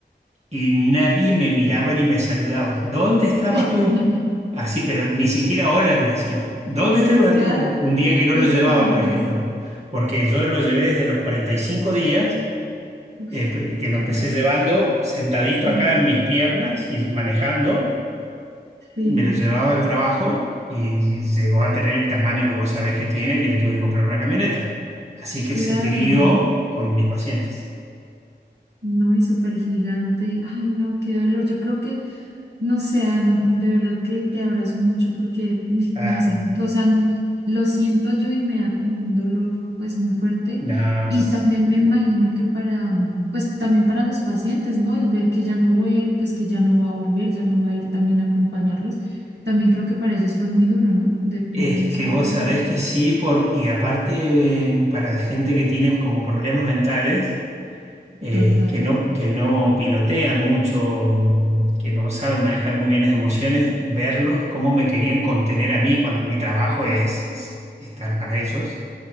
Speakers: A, on the right (about 40°); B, on the right (about 70°).
A: y nadie me miraba ni me saludaba. ¿Dónde estaba
B: <laughs>
A: tú? Así, pero ni siquiera hola me decían. ¿Dónde estaba
B: Dice que,
A: tú?
B: "Ah,
A: Un día que no
B: tú
A: lo
B: no
A: llevaba,
B: importas.
A: por ejemplo, porque yo lo llevé desde los 45 días,
B: Uy,
A: eh,
B: claro,
A: que lo empecé llevando sentadito
B: sí,
A: acá en mis piernas y manejando.
B: sí,
A: me lo llevaba al trabajo y llegó a tener el tamaño que vos sabés que tiene, que le tuve que comprar una camioneta. Así que
B: claro.
A: se crió con mis pacientes.
B: No, y súper gigante. Ay, no, qué dolor. Yo creo que No sé, ay, no, de verdad que te abrazo mucho porque, <laughs>
A: Ah,
B: no sé, o sea, n- lo siento yo y me da como un dolor pues muy fuerte
A: no, es
B: y también me imagino que para, mm, pues también para los pacientes, ¿no? El ver que ya no vuel, pues que ya no va a volver, ya no va a ir también a acompañarlos, también creo que para ellos fue muy duro, ¿no? De, de
A: es
B: no saber
A: que vos
B: de
A: sabés
B: él.
A: que sí, por, y aparte eh, para gente que tiene como problemas mentales, eh,
B: Total.
A: que no, que no pilotean mucho, mm, que no saben manejar muy bien las emociones, verlos cómo me querían contener a mí cuando mi trabajo es es estar para ellos